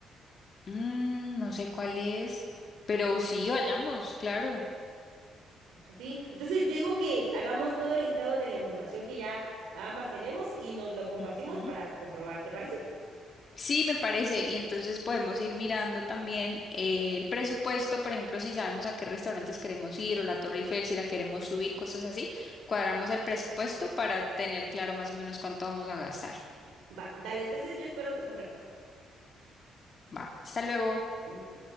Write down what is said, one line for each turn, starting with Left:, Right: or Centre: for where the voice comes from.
Left: Mm, no sé cuál es, pero sí, vayamos, claro.
Right: así. Entonces yo digo que hagamos todo el estado de la información que ya ambas tenemos y nos lo compartimos
Left: Ujú.
Right: para comprobar, ¿te parece?
Left: Sí, me parece. Y entonces podemos ir mirando también eh, el presupuesto, por ejemplo, si sabemos a qué restaurantes queremos ir o la Torre Eiffel, si la queremos subir, cosas así. Cuadramos el presupuesto para tener claro más o menos cuánto vamos a gastar.
Right: Va, dale, entonces yo espero tu correo.
Left: Va, hasta luego.
Right: Dale.